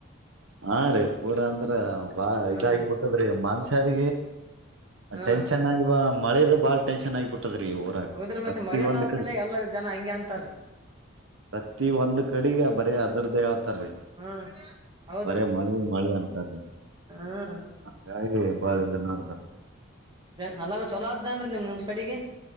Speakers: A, on the right (about 70°); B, on the right (about 20°).
A: ಹಾ ರೀ ಪೂರಾ ಅಂದ್ರ ಬಾಳ
B: ಹ್ಮ್
A: ಇದಾಗಿಬಿಟ್ಟದ್ರೀ ಮನುಷ್ಯಗ
B: ಹ್ಮ್
A: ಟೆನ್ಷನ್ ಆಗಿ ಬಾ ಮಳದ ಬಾ ಟನ್ ಆಗ್ಬಟ್ಟು ತದ್ರಿ ಊರಾಗ
B: ಹೌದ್ರಿ
A: ಪ್ರತಿ
B: ಮತ್ತೆ ಮಳೆ ಎಲ್ಲಾರ
A: ಒಂದು ಕಡಿ
B: ಸಲ ಎಲ್ಲಾ ಜನ ಹಂಗೆ ಅಂತಾರೀ
A: ಪ್ರತಿ ಒಂದು ಕಡೆಗೆ ಬರೆ ಅದ್ ಅದರ ಹಳ್ತಾರಿ
B: ಹ್ಮ್ ಹೌದ್ರಿ
A: ಬರ ಮಳೆ ಮಳೆ ಅಂತಾರಿ
B: ಹ್ಮ್
A: ಹಾಗಾಗಿ ಬಾಳ ಇದದ್ ನೋಡು ಬಾ
B: ನನಬ್ ಚೊಲೋ ಅದ್ದೇನ್ರಿ ನಿಮ್ ನಿಮ್ ಕಡೆಗೆ